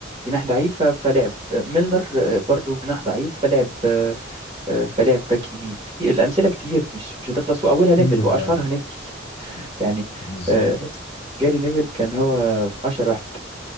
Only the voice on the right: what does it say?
جناح ضعيف ف- فلعب آه، ميلنر آه، برضو جناح ضعيف فلعب آه، آه، فلعب باك يمين في الامثله كتير مش مش هتخلص واولها
نيفل واشهرها
نيفل <laughs> يعني
آه، جاري نيفل كان هو اشهر واحد